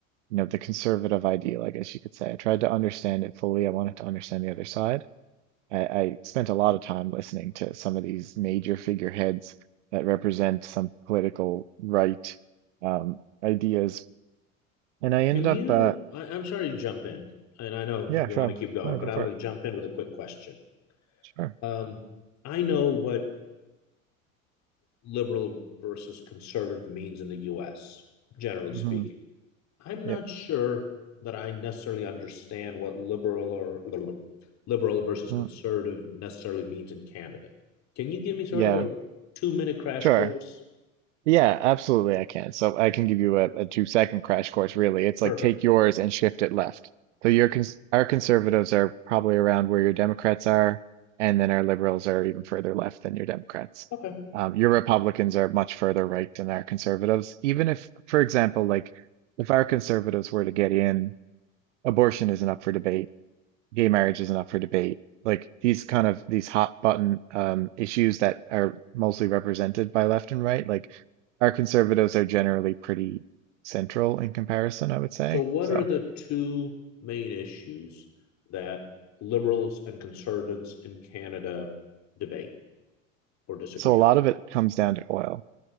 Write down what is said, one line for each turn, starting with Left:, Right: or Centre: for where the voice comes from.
Right: you know, the conservative ideal, I guess you could say. I tried to understand it fully. I wanted to understand the other side. I, I spent a lot of time listening to some of these major figureheads that represent some political right um, ideas, and I ended
Left: Can
Right: up,
Left: you?
Right: uh,
Left: I, I'm sorry to jump in, and I know
Right: yeah,
Left: you
Right: sure,
Left: want to keep going,
Right: no,
Left: but
Right: go
Left: I
Right: for
Left: want
Right: it,
Left: to jump in with a quick question.
Right: sure,
Left: Um, I know what liberal versus conservative means in the U.S. generally speaking.
Right: hmm
Left: I'm not
Right: yep,
Left: sure that I necessarily understand what liberal or liberal versus
Right: mm,
Left: conservative necessarily means in Canada. Can you give me sort
Right: yeah,
Left: of a two-minute crash
Right: sure.
Left: course?
Right: Yeah, absolutely I can. So I can give you a, a two second crash course really. It's like
Left: Perfect.
Right: take yours and shift it left. So your cons our conservatives are probably around where your Democrats are, and then our liberals are even further left than your Democrats.
Left: Okay.
Right: Um, your Republicans are much further right than our conservatives. Even if, for example, like if our conservatives were to get in, abortion isn't up for debate gay marriage isn't up for debate. Like these kind of these hot button um, issues that are mostly represented by left and right, like our conservatives are generally pretty central in comparison, I would say.
Left: So, what
Right: So,
Left: are the two main issues that liberals and conservatives in Canada debate or disagree
Right: so a
Left: on?
Right: lot of it comes down to oil.